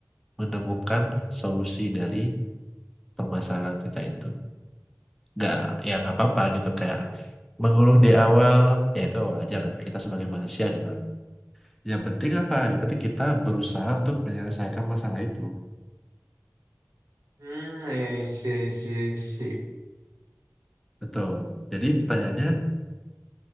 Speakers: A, in the centre; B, on the right.
A: menemukan solusi dari permasalahan kita itu. Nggak, ya nggak apa-apa gitu kayak mengeluh di awal ya itu wajar kita sebagai manusia gitu loh. Yang penting apa? Yang penting kita berusaha untuk menyelesaikan masalah itu.
B: hmm iya iya iya iya iya
A: Betul. Jadi pertanyaannya